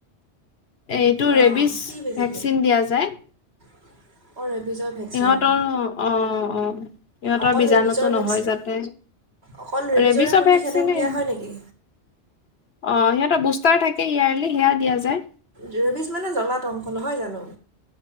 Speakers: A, on the left; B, on the right.
A: এ, এইটো
B: অঁ
A: ৰেবিছ
B: কি বেজি
A: ভেকচিন দিয়া যায়।
B: <inaudible> ভেকচিন
A: ইহঁতৰ অ', অ', ইহঁতৰ
B: অকল
A: বীজাণুতো
B: ৰেবিজৰ
A: নহয়
B: ভেকচিন
A: যাতে
B: অকল ৰেবিজৰে
A: ৰেবিচৰ
B: প্ৰতিষেধক
A: ভেকচিনে।
B: দিয়া হয়
A: অ',
B: নেকি
A: সিহঁতৰ বুষ্টাৰ থাকে ইয়াৰলি সেয়া দিয়া যায়।
B: ৰেবিজ মানে জ্বলাতংক নহয় জানোঁ?